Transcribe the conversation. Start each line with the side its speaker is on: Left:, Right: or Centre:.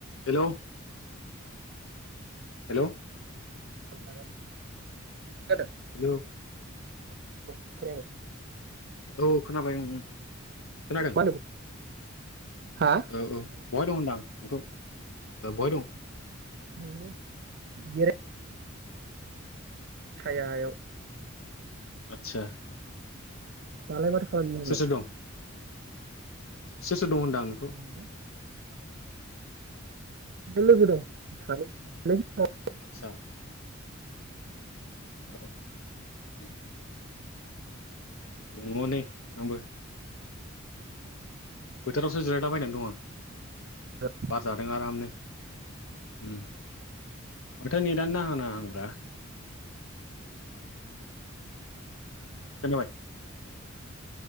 Left: Hello hello
Right: <unintelligible>
Left: <unintelligible>
Right: <unintelligible> खोनाबाय
Left: औ खोनाबाय उम उम खोनादों
Right: होनदोंमोन हा
Left: औ औ बहाय दं होनदां नोंखौ ओ बहाय दं
Right: <unintelligible> सायायाव
Left: आतसा
Right: दालाय माथो खालामदों नोंलाय?
Left: सोर सोर दं सोर सोर दं होनदां नोंखौ
Right: <unintelligible> लोगो दं सानै <unintelligible>
Left: आतसा <inaudible> दङ नै आंबो बोथोरावसो जिरायलाबायना दं आं
Right: <unintelligible>
Left: बार जादों आरामनो उम माथो नेदानो नांहां नाङाहांब्रा खोनाबाय